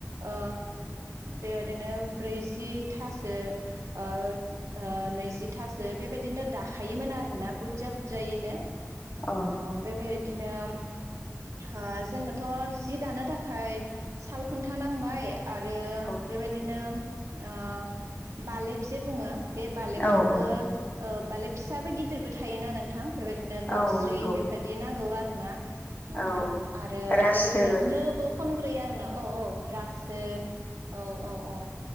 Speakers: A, on the right; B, on the left.
A: ओ बेबायदिनो ब्रैजिथासो ओ ओ नैजिथासो बेबायदिनो दाखायोमोन आरोना बुरजा बुरजायैनो।
B: औ
A: अह बेबायदिनो हो जोंनोथ' जि दानो थाखाय साल खुन्था नांबाय आरो
B: औ
A: बेबायदिनो ओ बालेब जे बुङो। बे बालेबखौबो
B: औ औ
A: ओ बालेब फिसाबो गिदिरबो थायोना नोंथां। बेबायदिनो गनस्रि
B: औ नंगौ
A: बेफबायाददि नांगौ आरो ना। नोंथां
B: औ
A: आरो
B: रासो
A: बेबायदिनो नोबो खनग्रोयो आरोना औ औ। रासो औ औ औ